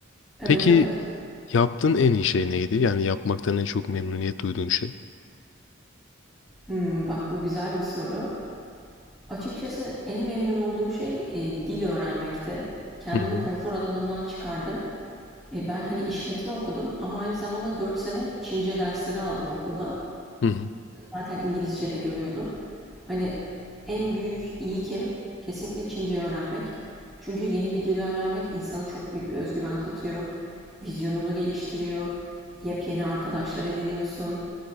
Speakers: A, in the centre; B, on the left (about 65°).
A: Evet,
B: Peki
A: evet.
B: yaptığın en iyi şey neydi? Yani yapmaktan en çok memnuniyet duyduğun şey.
A: Hımm, bak bu güzel bir soru. Açıkçası en memnun olduğum şey, eee, dil öğrenmekti. Kendimi
B: Hı hı.
A: konfor alanımdan çıkardım. E, ben, hani, işletme okudum ama aynı zamanda 4 sene Çince dersleri aldım okulda.
B: Hı hı.
A: Zaten İngilizce de görüyordum. Hani en büyük kim kesinlikle Çince öğrenmek. Çünkü yeni bir dil öğrenmek insana çok büyük bir özgüven katıyor. Vizyonunu geliştiriyor. Yepyeni arkadaşlar ediniyorsun.